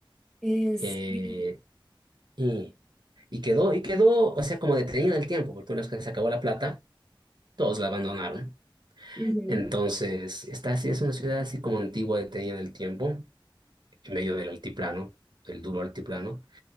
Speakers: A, in the centre; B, on the right.
A: ¿En
B: Eh,
A: serio?
B: y, y quedó, y quedó, o sea, como detenida en el tiempo, porque una vez que se acabó la plata, todos la abandonaron.
A: Ujú.
B: Entonces, esta sí es una ciudad así como antigua, detenida en el tiempo, en medio del altiplano, del duro altiplano.